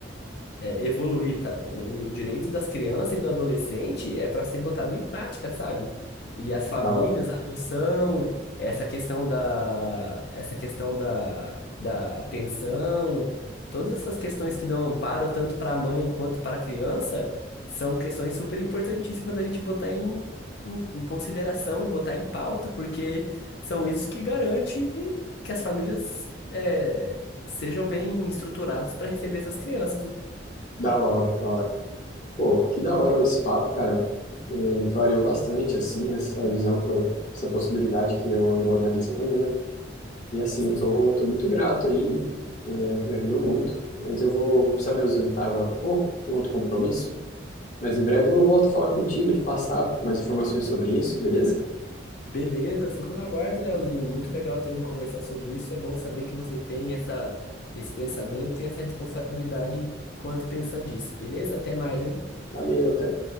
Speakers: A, on the left; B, on the left.
A: é, evoluir tá? O direito das crianças e do adolescente é para ser botado em prática, sabe? E as famílias,
B: da hora,
A: a adoção, essa questão da, essa questão da, da pensão, todas essas questões que dão amparo tanto para a mãe quanto para a criança, são questões super importantíssimas da gente botar em, em, em consideração e botar em pauta, porque são isso que garante que as famílias é, sejam bem estruturadas para receber essas crianças, né?
B: da hora, da hora. Pô, que da hora esse papo, cara. É, me clareou bastante, assim, essa visão que eu, essa possibilidade que eu ando analisando, né? E assim,
A: Sim.
B: eu tô, tô muito grato aí, é, me ajudou muito. Mas eu vou, vou precisar me ausentar agora um pouco, tenho outro compromisso. Mas em breve eu volto a falar contigo, te passar mais informações sobre isso, beleza?
A: Beleza, fico na guarda, Leozinho. Muito legal também conversar sobre isso. É bom saber que você tem essa, esse pensamento e essa responsabilidade enquanto pensa disso. Beleza? Até mais, hein?
B: Valeu, até.